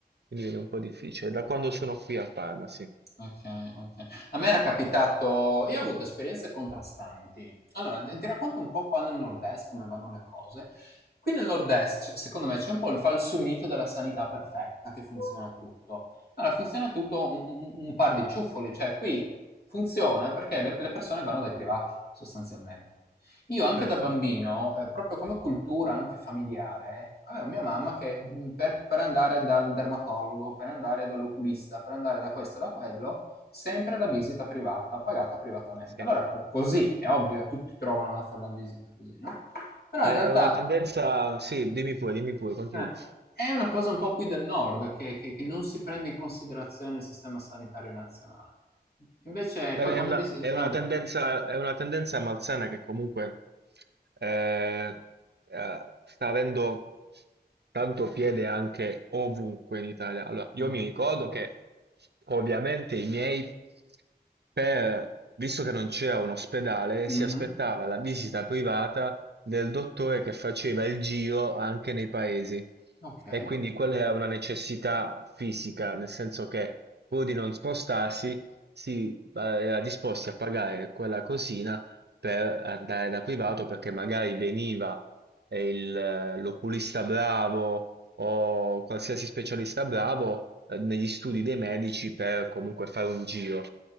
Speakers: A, on the right (about 80°); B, on the left (about 65°).
A: quindi viene un po' difficile. Da quando sono qui a Parma, sì,
B: Okay, okay. A me era capitato io ho avuto esperienze contrastanti. Allora, d ti racconto un po' qua nel nord-est come vanno le cose. Qui nel nord-est c secondo me c'è un po' il falso mito della sanità perfetta, che funziona tutto. Allora funziona tutto un un un un par di ciuffoli, cioè qui funziona perché le le persone vanno dai privati, sostanzialmente. Io anche
A: certo,
B: da bambino, eh, proprio come cultura anche familiare, avevo mia mamma che mh, per, per andare dal dermatologo, per andare dall'oculista, per andare da questo e da quello, sempre la visita privata, pagata privatamente.
A: sì.
B: Allora,
A: È,
B: co- così, è ovvio, tutti trovano da fare la visita così, no? Però
A: è
B: in realtà
A: una tendenza, sì, dimmi pure, dimmi pure, continua.
B: eh, è una cosa un po' qui del nord, che, che- che non si prende in considerazione il sistema sanitario nazionale. Invece,
A: Beh,
B: poi
A: beh,
B: quando
A: È una,
B: invece... eh,
A: è una tendenza, è una tendenza malsana che comunque eh, eh, sta avendo tanto piede anche ovunque in Italia. Allora, io
B: mm,
A: mi ricordo che ovviamente i miei, per- visto che non c'era un ospedale,
B: mhm,
A: si aspettava la visita privata del dottore che faceva il giro anche nei paesi.
B: ok.
A: E quindi quella era una necessità fisica, nel senso che pur di non spostarsi, sì, ma era disposti a pagare quella cosina per andare da privato perché magari veniva eh, il, eh, l'oculista bravo o qualsiasi specialista bravo eh, negli studi dei medici per comunque fare un giro.